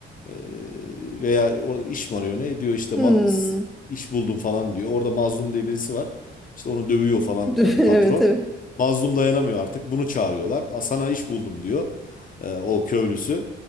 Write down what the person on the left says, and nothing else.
e, veya orada iş mi arıyor ne diyor işte
ma- s- iş buldum falan diyor. Orada Mazlum diye birisi var. İşte onu dövüyor falan
e, patron.
Mazlum dayanamıyor artık. Bunu çağırıyorlar. "Aa, Sana iş buldum diyor e, o köylüsü.